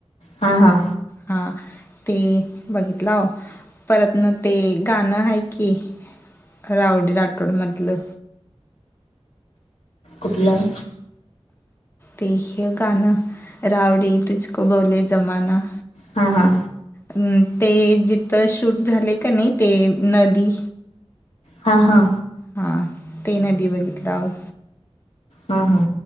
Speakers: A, on the left (about 80°); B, on the left (about 20°).
A: हां हां
B: हा ते बघितित लाव परत ना ते गाणं आहे की रावडी राठोड म्हधलं
A: कुठलं
B: ते ह गणं रावडी तुझक भोवले जमाना
A: हा हा
B: अम ते जिथं शूट झाले का नाही ते नदी
A: हा हा
B: हा ते नदी बघितलं हो
A: हा हा